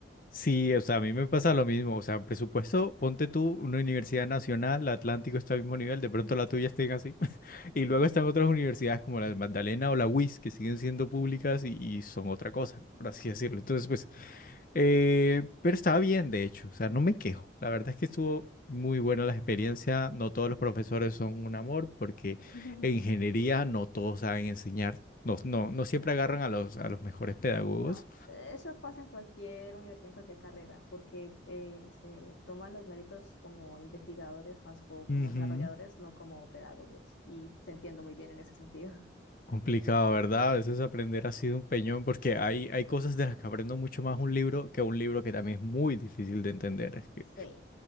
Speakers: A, on the left; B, on the left.
A: Sí, o sea, a mí me pasa lo mismo. O sea, presupuesto, ponte tú una universidad nacional, la Atlántico está al mismo nivel, de pronto la tuya estén así. <laughs> Y
B: <laughs>
A: luego están otras universidades como la de Magdalena o la UIS, que siguen siendo públicas y, y son otra cosa, por así decirlo. Entonces, pues, eh, pero estaba bien, de hecho. O sea, no me quejo. La verdad es que estuvo muy buena la experiencia. No todos los profesores son un amor, porque
B: Sí.
A: en ingeniería no todos saben enseñar. No, no, no siempre agarran a los, a los mejores pedagogos.
B: No, eso pasa en cualquier universidad, en cualquier carrera, porque eh, se toman los méritos como investigadores más o como
A: Ujú.
B: desarrolladores, no como pedagogos. Y te entiendo muy bien en ese sentido.
A: Complicado, ¿verdad? A veces aprender ha sido un peñón porque hay, hay cosas de las que aprendo mucho más un libro que un libro que también es muy difícil de entender. Es que
B: Sí,